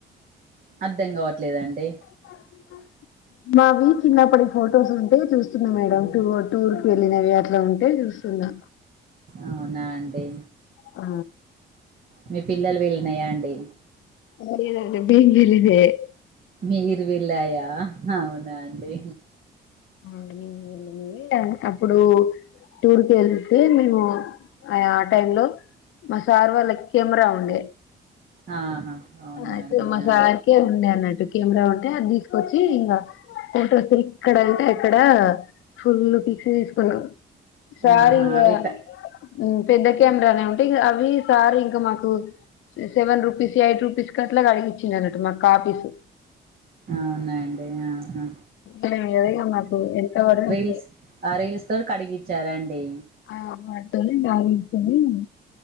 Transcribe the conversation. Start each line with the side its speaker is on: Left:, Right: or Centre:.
Right: అర్థం కావట్లేదండి
Left: హమ్ <unintelligible> మావి చిన్నప్పటి ఫొటోస్ ఉంటే చూస్తున్నా మేడం టూ టూర్ కి వెళ్ళినవి అట్లా ఉంటే చూ సున్నా
Right: అవునా అండి
Left: ఆ
Right: మీ పిల్లలు వీళ్ళనాయా అండి
Left: మరిదతే బేల్ బీల్ ఇదే <unintelligible>
Right: మీరు వెళ్ళాయా అవునా అండి
Left: ఆ <unintelligible> అప్పుడు టూర్ కి వెళ్తే మేము ఆ టైమ్ లో మా సార్ వాళ్ళ కెమెరా ఉండే
Right: ఆహా అవునా
Left: అయితే
Right: అండి
Left: మా
Right: ఆ
Left: సార్కే ఉండే అన్నట్టు కెమెరా ఉంటే అది తీసుకొచ్చి ఇంకా ఫొటోస్ ఇక్కడంటే అక్కడ ఫుల్ పిక్స్ తీసుకున్నాం సారు
Right: ఆహా
Left: ఇంగ
Right: అవి క
Left: ఉం పెద్ద కెమెరానే ఉంటే ఇగ అవి సార్ ఇంకా మాకు సెవెన్ రూపీస్ ఎయిట్ రూపీస్ క అట్లా కడిగించినారట మా కాపీస్
Right: అవునా అండి ఆహా
Left: ఎదైనా మాకు ఎంత వ <unintelligible>
Right: అ రీల్స్ తో టీ కడిగిచ్చారాండి
Left: ఆ మాంటనే నా ఇతు <unintelligible>